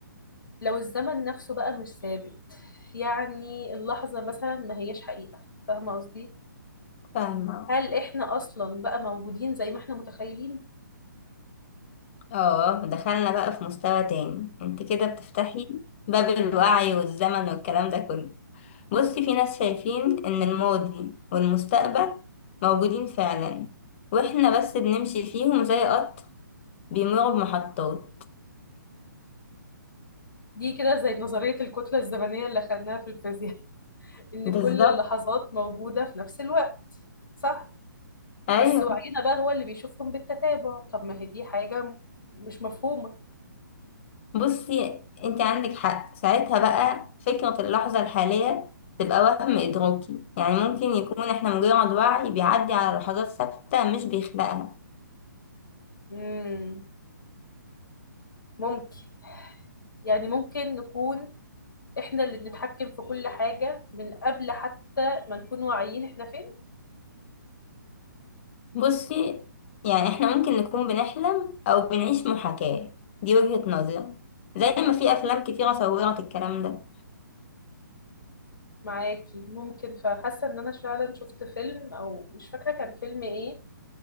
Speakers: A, on the left (about 75°); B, on the left (about 35°).
A: لو الزمن نفسه بقى مش ثابت يعني اللحظه مثلا ما هياش حقيقه فاهمه قصدي
B: فاهمة
A: هل احنا اصلا بقى موجودين زي ما احنا متخيلين
B: اه دخلنا بقى في مستوى تاني انت كده بتفتحي باب الوعي والزمن والكلام ده كله بصي في ناس شايفين ان الماضي والمستقبل موجودين فعلا واحنا بس بنمشي فيهم زي قطر بيمر بمحطات
A: دي كده زي نظريه الكتله الزمنيه اللي خدناها في الفيزياء <laughs> ان
B: بالظبط
A: كل اللحظات موجوده في نفس الوقت صح
B: ايوه
A: بس وعينا بقى هو اللي بيشوفهم بالتتابع طب ما هي دي حاجة م- مش مفهومة
B: بصي انت عندك حق ساعتها بقى فكرة اللحظة الحالية تبقى وهم إدراكي يعني ممكن يكون احنا مجرد وعي بيعدي على لحظات ثابتة مش بيخلقها
A: مم. ممكن يعني ممكن نكون احنا اللي بنتحكم في كل حاجة من قبل حتى ما نكون واعيين احنا فين
B: بصي يعني احنا ممكن نكون بنحلم أو بنعيش محاكاة دي وجهة نظري زي ما في أفلام كتيرة صورت الكلام ده
A: معاكي ممكن فحاسة ان انا فعلا شفت فيلم او مش فاكرة كان فيلم ايه